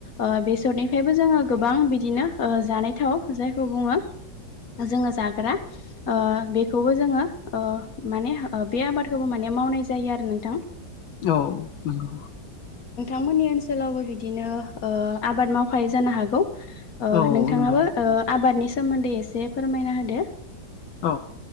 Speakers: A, on the left; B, on the left.
A: ओ बेसरनिफ्रायबो जोंङो गोबां बिदिनो ओ जानाय थाव जायखौ बुंङो। जोंङो जाग्रा ओ बेखौबो जोंङो ओ माने ओ बे आबाद खौबो माने मावनाय जायो आरो नोंथां।
B: औ नोंगौ।
A: मोननि ओनसोलावबो बिदिनो ओ आबाद मावखायो जानो हागौ ओ
B: औ
A: नोंथांङाबो
B: नंगौ
A: ओ आबादनि सोमोन्दै एसे फोरमायना होदो
B: औ